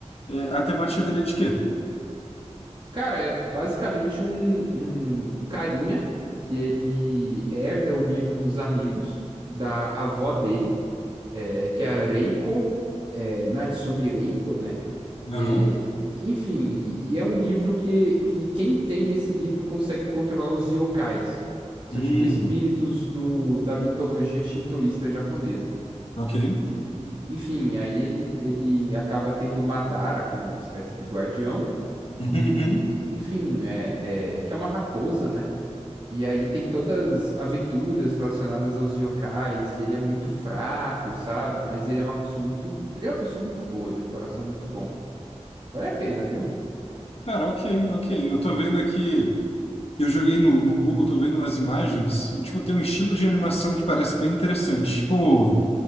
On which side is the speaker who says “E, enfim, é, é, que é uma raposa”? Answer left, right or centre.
Right